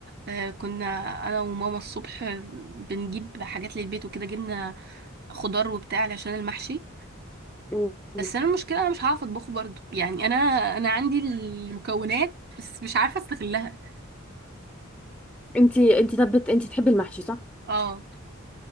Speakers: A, on the right; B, in the centre.
A: آه، كنا انا وماما الصبح بنجيب حاجات للبيت وكده جبنا خضار وبتاع عشان المحشي
B: م- م.
A: بس انا المشكله انا مش هعرف اطبخه برضو يعني انا انا عندي المكونات بس مش عارفه استغلها
B: انتي انتي طب بت- انتي تحبي المحشي صح
A: اه